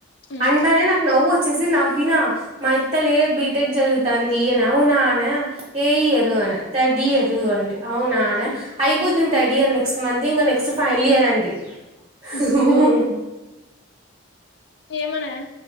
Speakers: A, on the left (about 60°); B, on the right (about 30°).
A: ఉమ్
B: అంటనేే నాకు నవ్వు వచ్చేసి నవ్వినా మా ఇత్తలే బీటెక్ జదువు తంది అని అవునానా ఏ ఇయర్
A: ఉమ్
B: అన్నా ధర్డ్ ఇయర్ ఇదుగో అంటి అవునానే
A: ఉమ్
B: అయిపోద థడ్ ఇయర్ నెక్స్ట్ మంత్ ఇంకా నెక్స్ట్ ఫైనల్ ఇయర్ అండి
A: ఉమ్
B: ఉహుహుహు
A: ఏమనా